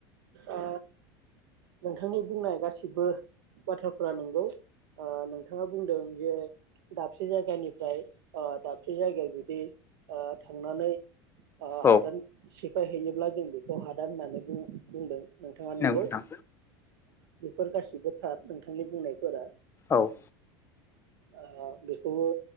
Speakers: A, on the right (about 80°); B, on the left (about 20°).
A: ओ नोंथांनि बुंनाय गासिबो बाथ्राफोरा नंगौ ओ नोंथाङा बुंदों जे दाबसे जायगानिफ्राय ओ दाबसे जायगायाव बिदि ओ थांनानै ओ
B: औ
A: हादान से फायहैयोब्ला जों बे खौ हादान होननानै बुं बुंदों नोंथाङा नोंगौ
B: नंगौ नोंथां
A: बेफोर गासिबो थार नोंथांनि बुंनायफोरा।
B: औ
A: ओ बेखौबो